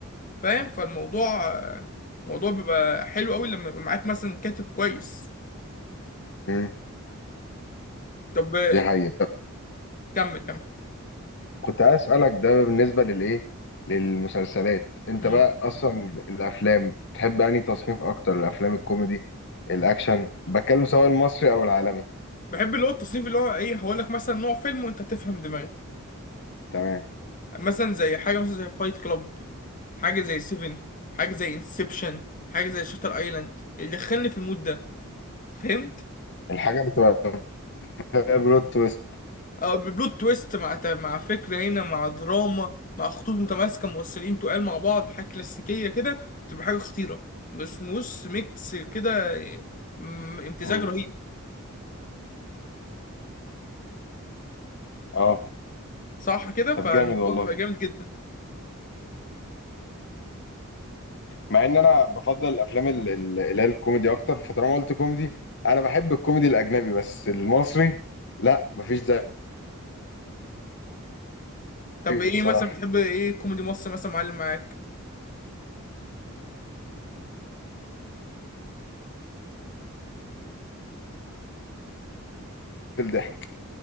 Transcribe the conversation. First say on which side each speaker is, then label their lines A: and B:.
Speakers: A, on the left (about 40°); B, on the left (about 55°).
A: فاهم فالموضوع آه، موضوع بيبقى حلو قوي لما يبقى معاك مثلا كاتب كويس
B: امم
A: طب آه،
B: دي حقيقة طب
A: كمل كمل
B: كنت عايز أسألك ده بالنسبة للإيه للمسلسلات أنت
A: مم.
B: بقى أصلا الأفلام تحب أنهي تصنيف أكتر الأفلام الكوميدي الأكشن بتكلم سواء المصري أو العالمي
A: بحب اللي هو التصنيف اللي هو ايه هقول لك مثلا نوع فيلم وانت تفهم دماغي
B: تمام
A: مثلا زي حاجه مثلا زي فايت كلاب حاجه زي سيفن حاجه زي انسبشن حاجه زي شاتر ايلاند اللي دخلني في المود ده فهمت
B: الحاجة اللي تبقى فيها بلوت تويست
A: او ببلوت تويست مع ت- مع فكره هنا مع دراما مع خطوط متماسكه موصلين تقال مع بعض حاجه كلاسيكيه كده تبقى حاجه خطيره بس موس ميكس كده م- امتزاج
B: امم
A: رهيب
B: أه
A: صح كده
B: طب
A: فالموضوع
B: جامد والله
A: بيبقى جامد جدا
B: مع إن أنا بفضل الأفلام ال- ال- اللي هي الكوميدي أكتر فطالما قلت كوميدي أنا بحب الكوميدي الأجنبي بس المصري لأ مفيش زيه
A: طب
B: ايه
A: ايه
B: الصراحه
A: مثلا بتحب ايه كوميدي مصري مثلا معلم معاك
B: في الضحك